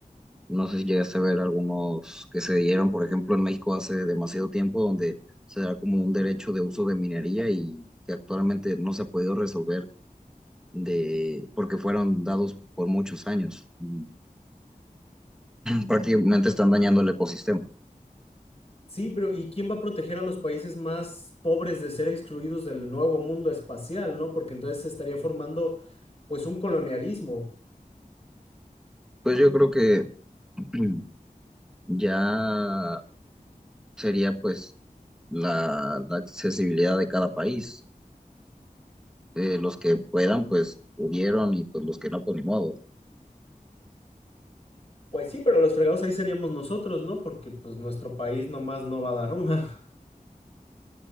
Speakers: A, in the centre; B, on the left.
A: no sé si llegaste a ver algunos que se dieron, por ejemplo, en México hace demasiado tiempo, donde se da como un derecho de uso de minería y que actualmente no se ha podido resolver de, porque fueron dados por muchos años. y Prácticamente están dañando el ecosistema.
B: Sí, pero ¿y quién va a proteger a los países más pobres de ser excluidos del nuevo mundo espacial, no? Porque entonces se estaría formando pues un colonialismo.
A: Pues yo creo que <clears throat> ya sería pues la, la accesibilidad de cada país. Eh, los que puedan, pues pudieron y pues los que no, pues ni modo.
B: Pues sí, pero los fregados ahí seríamos nosotros, ¿no? Porque pues nuestro país nomás no va a dar una.